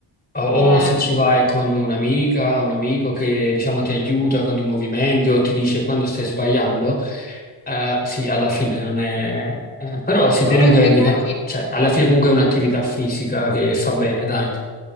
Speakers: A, on the left; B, on the left.
A: O
B: Eh,
A: o se ci vai con un'amica, un amico che diciamo ti aiuta con i movimenti o ti dice quando stai sbagliando, eh, sì, alla fine non è... eh, però sì, comunque,
B: però in quei
A: dica-
B: casi...
A: cioè, alla fine comunque è un'attività fisica che fa bene, dai.